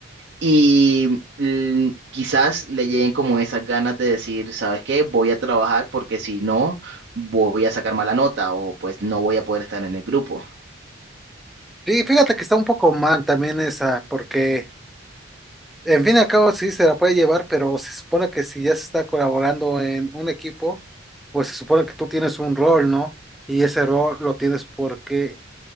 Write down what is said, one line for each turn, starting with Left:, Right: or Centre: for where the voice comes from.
Right: Y mm, quizás le lleguen como esas ganas de decir, ¿sabes qué? Voy a trabajar porque si no, voy a sacar mala nota o pues no voy a poder estar en el grupo.
Centre: Sí, fíjate que está un poco mal también esa, porque en fin y al cabo sí se la puede llevar, pero se supone que si ya se está colaborando en un equipo, pues se supone que tú tienes un rol, ¿no? Y ese rol lo tienes porque